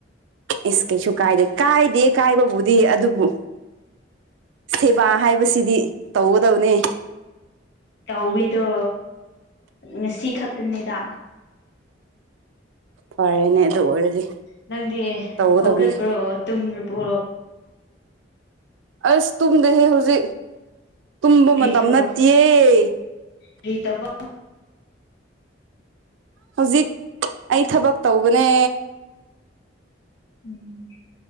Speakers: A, on the right (about 80°); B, on the left (about 65°).
A: ꯑꯦꯁ ꯀꯩꯁꯨ ꯀꯥꯏꯗꯦ ꯀꯥꯏꯗꯦ ꯀꯥꯏꯕꯕꯨꯗꯤ ꯑꯗꯨꯕꯨ ꯁꯦꯕꯥ ꯍꯥꯏꯕꯁꯤꯗꯤ ꯇꯧꯒꯗꯧꯅꯦ꯫
B: ꯇꯧꯋꯤꯗꯣ ꯉꯁꯤꯈꯠꯇꯅꯤꯗ꯫
A: ꯐꯔꯦꯅꯦ ꯑꯗꯨ ꯑꯣꯏꯔꯗꯤ
B: ꯅꯪꯗꯤ
A: ꯇꯧꯒꯗꯕꯅꯤ
B: ꯍꯧꯒꯠꯄ꯭ꯔꯣ? ꯇꯨꯝꯔꯕꯣ
A: ꯑꯁ ꯇꯨꯝꯗꯦꯍꯦ ꯍꯧꯖꯤꯛ ꯇꯨꯝꯕ
B: ꯀꯔꯤ
A: ꯃꯇꯝ
B: ꯇꯧꯔ
A: ꯅꯠꯇꯦꯌꯦ꯫
B: ꯀꯔꯤ ꯇꯧꯕ꯫
A: ꯍꯧꯖꯤꯛ ꯑꯩ ꯊꯕꯛ ꯇꯧꯕꯅꯦ꯫
B: ꯎꯝ